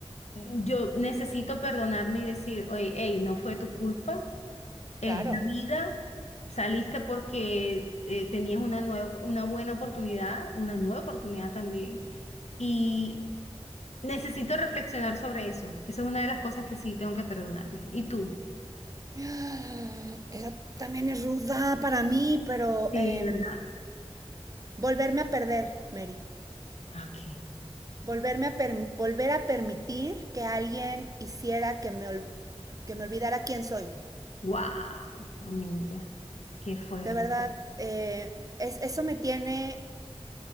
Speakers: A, on the left; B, on the right.
A: yo necesito perdonarme y decir, oye, hey, no fue tu culpa Es
B: claro.
A: la vida, saliste porque eh, tenías una nueva, una buena oportunidad, una nueva oportunidad también. Y necesito reflexionar sobre eso. Esa es una de las cosas que sí tengo que perdonarme. ¿Y tú?
B: <gasps> Esa también es ruda para mí, pero
A: Sí,
B: em,
A: ¿verdad?
B: volverme a perder, Mary.
A: Ok.
B: volverme a per, volver a permitir que alguien hiciera que me, que me olvidara quién soy.
A: Wow, amiga, qué fuerte.
B: De verdad, eh, es eso me tiene